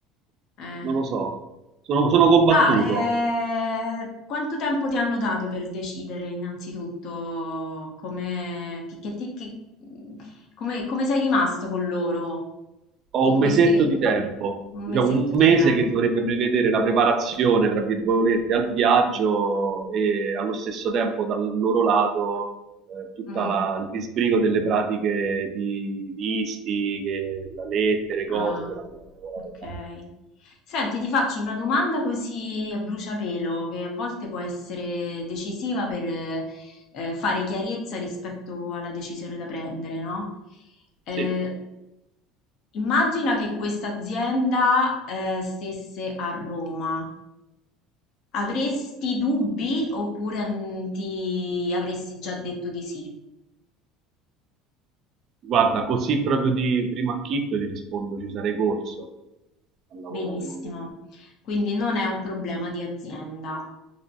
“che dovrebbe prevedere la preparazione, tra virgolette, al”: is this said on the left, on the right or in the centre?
Right